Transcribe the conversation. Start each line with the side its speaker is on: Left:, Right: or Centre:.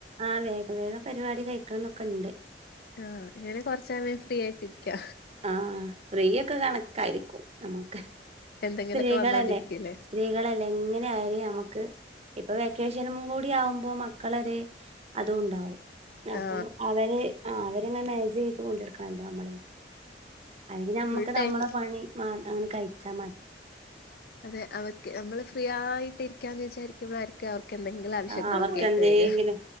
Right: ആഹ് വേഗം വേഗം പരിപാടി കഴിക്കണന്നൊക്കെണ്ട്
Left: ആഹ് അങ്ങനെ കൊറച്ചേരം ഫ്രീ ആയിട്ടിരിക്ക്യാ
Right: ആഹ് ഫ്രീ ഒക്കെ കണക്കായിരിക്കും നമുക്ക്
Left: എന്തെങ്കിലൊക്കെ
Right: സ്ത്രീകളല്ലേ
Left: വന്നോണ്ടിരിക്കല്ലേ
Right: സ്ത്രീകളല്ലെ എങ്ങനെ ആയാലും ഞമ്മക്ക് ഇപ്പം വെക്കേഷനും കൂടി ആവുമ്പോ മക്കളൊര് അതും ഇണ്ടാവും
Left: ആ
Right: അപ്പൊ അവരെ ആഹ് അവരെങ്ങനെ മേജെയ്ത് കൊണ്ടടക്കണല്ലോ നമ്മള് അയ്ന് ഞമ്മക്ക്
Left: ഫുൾ
Right: നമ്മുടെ
Left: ടൈം
Right: പണി മാ അങ്ങനെ കയ്ച്ചാ മതി
Left: അതെ അവര്ക്ക് നമ്മള് ഫ്രീ ആയിട്ടിരിക്കാന്ന് വിചാരിക്കുമ്പളായി ക്കും അവർക്കെന്തെങ്കിലും ആവശ്യങ്ങളക്കായിട്ട്
Right: ആ അവർക്ക് എന്തെങ്കിലും
Left: വരാ